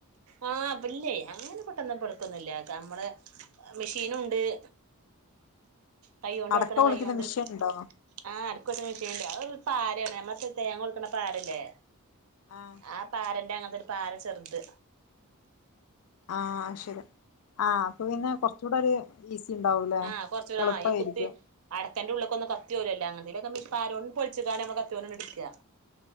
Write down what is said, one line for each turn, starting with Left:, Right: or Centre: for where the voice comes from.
Right: ആ, പില്ലേ, അങ്ങനെ, പെട്ടെന്ന്, പടക്കൊന്നുമില്ല, നമ്മള, മെഷീൻുണ്ട് <inaudible> കയോണ്ട്,
Left: അടക്ക
Right: കൊണ്ട്, കൊടുക്കണ,
Left: പൊളിക്കുന്ന
Right: കൈയോണ്ട്,
Left: മിഷ്യൻ ഉണ്ടോ
Right: ആ <unintelligible> ഒരു, പാരയാണ്, നമ്മൾ തേങ്ങ, കൊടുക്കണ, പാരല്ലേ
Left: ആഹ്
Right: ആ, പാ രൻ്റെ, അങ്ങത്തെൊ, ഒരു, പാര, ചെറുത്
Left: ആ, ശരി, ആ, അപ്പൊ, പിന്നെ, കുറച്ചുകൂടെ, ഒരു ഉണ്ടാവൂലേ
Right: ആ, കൊറച്ചൂടെ,
Left: എളുപ്പായിരിക്കും
Right: ആ, ഈ, കുത്തി, അട എന്റെ, ഉള്ളൊക്കൊ, ഒന്ന്, കത്തിപോവിലല്ലോ,, അങ്ങനത്തെെ, പാരനോട് പൊളിച്ച്കണ്ട്, നമ്മ, കത്തിയൊണ്ട്, ഇട്കാ